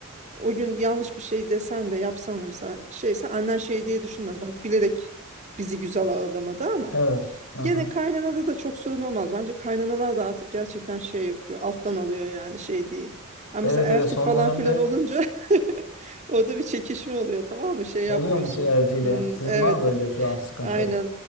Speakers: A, on the right; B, on the left.
A: o gün yanlış bir şey desen de yapsan da mesela şeyse annen şey diye düşünmez. Bak bilerek bizi güzel ağırlamadı ama.
B: evet. Hı
A: Gene
B: hı.
A: kaynanada da çok sorun olmaz. Bence kaynanalar da artık gerçekten şey yapıyor. Alttan alıyor yani şey değil. Ama mesela
B: Evet
A: elti
B: evet son
A: falan
B: dönemde
A: filan olunca <laughs> orada bir çekişme oluyor tamam mı? Şey yapmıyorsun.
B: oluyor mu eltiyle?
A: Hmm,
B: Sizin
A: evet.
B: var mı öyle şu an sıkıntı?
A: Aynen.